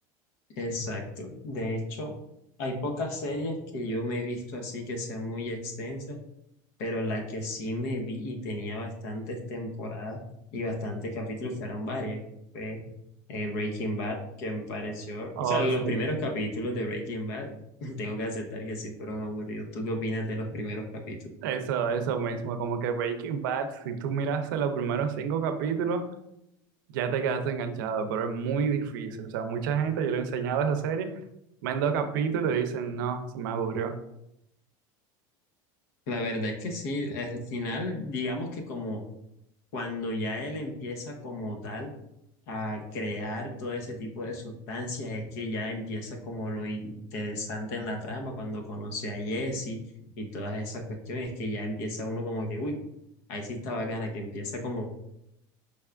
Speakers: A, on the left (about 60°); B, on the right (about 80°).
A: Exacto. De hecho, hay pocas series que yo me he visto así que sean muy extensas, pero la que sí me vi y tenía bastantes temporadas y bastantes capítulos fueron varias. Fue eh, Breaking Bad, que me pareció,
B: Oh,
A: o sea, los
B: sí,
A: primeros capítulos de Breaking Bad, <laughs> tengo que aceptar que sí fueron aburridos. ¿Tú qué opinas de los primeros capítulos?
B: eso, eso mismo, como que Breaking Bad, si tú miras los primeros cinco capítulos, ya te quedaste enganchado, pero es muy difícil. O sea, mucha gente, yo le he enseñado esa serie, ven dos capítulos y dicen, no, se me aburrió,
A: La verdad es que sí, al final, digamos que como cuando ya él empieza como tal a crear todo ese tipo de sustancias, es que ya empieza como lo interesante en la trama, cuando conoce a Jesse y todas esas cuestiones, que ya empieza uno como que, uy, ahí sí está bacana, que empieza como,